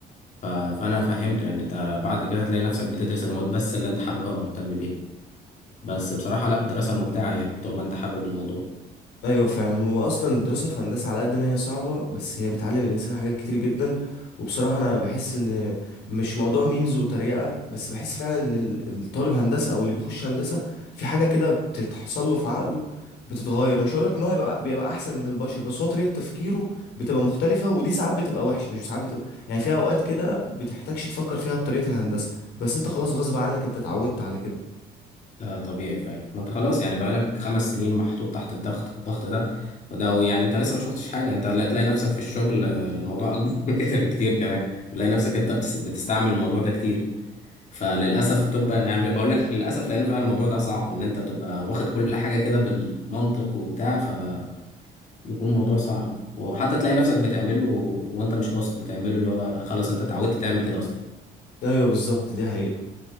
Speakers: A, on the left; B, on the left.
A: ف- فأنا فهمته يعني انت بعد كده هتلاقي نفسك بتدرس المواد بس اللي انت حاببها ومهتم بيها بس بصراحة لا دراسة ممتعة يعني طول ما انت حابب الموضوع
B: ايوه فعلا واصلا الدراسه في هندسه على قد ما هي صعبه بس هي بتعلم الانسان حاجات كتير جدا وبصراحه انا بحس ان مش موضوع ميمز وتريقه بس بحس فعلا ان ال- الطالب هندسه او اللي بيخش هندسه في حاجه كده بتتحصل له في عقله بتتغير مش هقول لك ان هو يبقى بيبقى احسن من البشر بس هو طريقه تفكيره بتبقى مختلفه ودي ساعات بتبقى وحشه مش ساعات بتبقى يعني فيها اوقات كده بتحتاجش تفكر فيها بطريقه الهندسه بس انت خلاص غصب عنك انت اتعودت على كده
A: ده طبيعي فعلا ما انت خلاص يعني بقالك خمس سنين محطوط تحت الضغط الضغط ده وده يعني انت لسه ما شفتش حاجه انت لا- تلاقي نفسك في الشغل آه، الموضوع اكبر <laughs> من كده بكتير كمان تلاقي نفسك انت بتس- بتستعمل الموضوع ده كتير فللاسف تبقى يعني بقول لك للاسف لانه فعلا الموضوع ده صعب ان انت تبقى واخد كل حاجه كده بالمنطق وبتاع فبيكون الموضوع صعب وحتى تلاقي نفسك بتعمله وانت مش قاصد بتعمله اللي هو خلاص انت اتعودت تعمل كده اصلا
B: ايوه بالظبط دي حقيقه